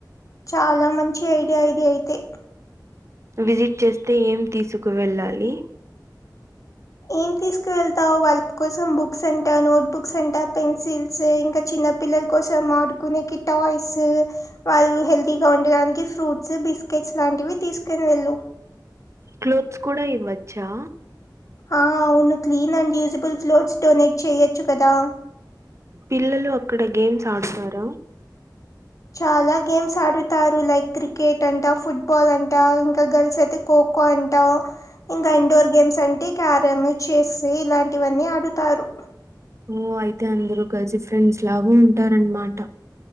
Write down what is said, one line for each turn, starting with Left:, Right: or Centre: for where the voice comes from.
Left: చాలా మంచి ఐడియా ఇది అయితే
Right: విజిట్ చేస్తే ఏం తీసుకు వెళ్ళాలి?
Left: ఏం తీసుకు వెళ్తావు వాళ్ళ కోసం బుక్స్ అంట, నోట్ బుక్స్ అంట, పెన్సిల్స్ ఇంకా చిన్న పిల్లల కోసం ఆడుకునేకి టాయిస్ వాళ్ళు హెల్తీగా ఉండడానికి ఫ్రూట్స్, బిస్కెట్స్ లాంటివి తీసుకోని వెళ్ళు.
Right: క్లోత్స్ కూడా ఇవ్వచ్చా?
Left: ఆ అవును clean and usable clothes donate చెయొచ్చు కదా!
Right: పిల్లలు అక్కడ గేమ్స్ ఆడుతార?
Left: చాలా గేమ్స్ ఆడుతారు. లైక్ క్రికెట్ అంటా, ఫుట్బాల్ అంట, ఇంకా గర్ల్స్ అయితే, ఖోఖో అంటా ఇంకా ఇన్డోర్ గేమ్స్ అన్ అంటే క్యారమ్ చేస్ ఇలాంటివన్నీ ఆడుతారు.
Right: ఓ అయితే అందరూ కలిసి ఫ్రెండ్స్ లాగా ఉంటారన్నమాట.